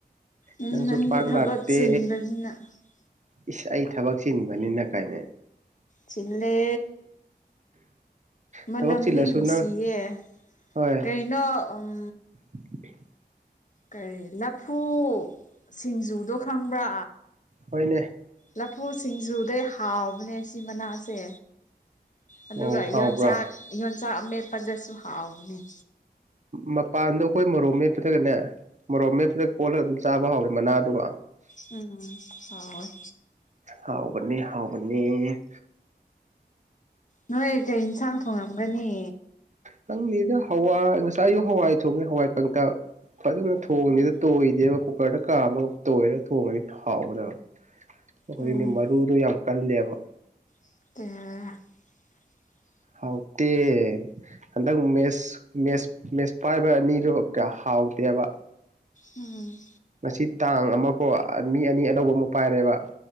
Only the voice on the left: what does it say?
ꯎꯝ
ꯅꯪꯗꯤ
ꯊꯕꯛ
<unintelligible>
ꯆꯤꯟꯂꯦ ꯃꯅꯝꯗꯤ
ꯅꯨꯡꯁꯤꯌꯦ
ꯀꯩ ꯅ‌ꯣ ꯎꯝ
ꯀꯔꯤ ꯂꯐꯨ ꯁꯤꯡꯖꯨꯗꯣ ꯈꯪꯕ꯭ꯔꯥ
ꯂꯐꯨ ꯁꯤꯡꯖꯨꯗ ꯍꯥꯎꯕꯅꯦ ꯁꯤ ꯃꯅꯥꯁꯦ ꯑꯗꯨꯒ
ꯌꯣꯟꯆꯥꯛ ꯌꯣꯟꯆꯥꯛ ꯑꯃꯦꯠꯄꯗꯁꯨ ꯍꯥꯎꯕꯅ‌ꯦ
ꯎꯝ ꯍꯥꯎꯌ‌ꯦ
ꯅꯣꯏ ꯀꯩ ꯏꯟꯁꯥꯡ ꯊꯣꯡꯉꯝꯒꯅꯤ
ꯎꯝ
ꯎꯝ
<unintelligible>
ꯎꯝ